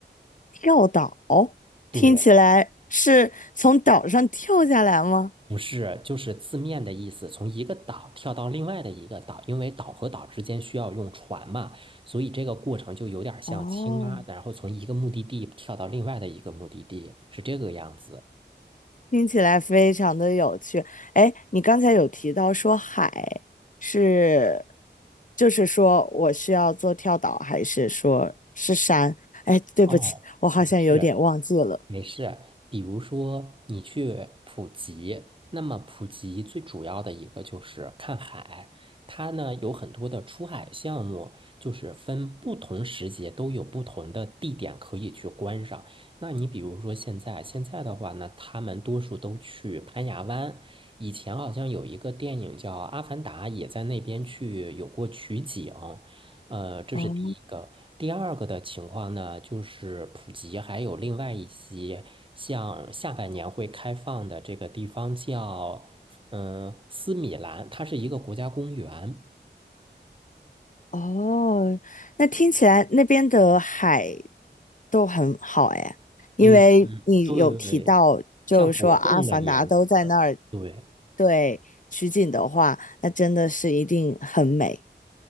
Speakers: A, on the left; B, on the right.
A: 跳岛，
B: 对，
A: 听起来是从岛上跳下来吗？
B: 不是，就是字面的意思，从一个岛跳到另外的一个岛，因为岛和岛之间需要用船嘛，所以这个过程就有点像青蛙，
A: 哦。
B: 然后从一个目的地跳到另外的一个目的地，是这个样子。
A: 听起来非常的有趣。哎，你刚才有提到说海是，就是说我需要做跳岛，还是说是山？哎，对不起，
B: 哦，
A: 我好像有点忘记了。
B: 没事。没事，比如说你去普吉，那么普吉最主要的一个就是看海，它呢有很多的出海项目，就是分不同时节都有不同的地点可以去观赏。那你比如说现在，现在的话呢，他们多数都去攀牙湾，以前好像有一个电影叫《阿凡达》，也在那边去有过取景。呃，这是第一个。
A: 哦
B: 第二个的情况呢，就是普及还有另外一些，像下半年会开放的这个地方叫，嗯、斯米兰，它是一个国家公园。
A: 哦，那听起来那边的海都很好哎，因为你有提到，
B: 嗯，对，
A: 就是说《阿凡达》都在那儿，
B: 像果冻的颜色，对。
A: 对，取景的话，那真的是一定很美。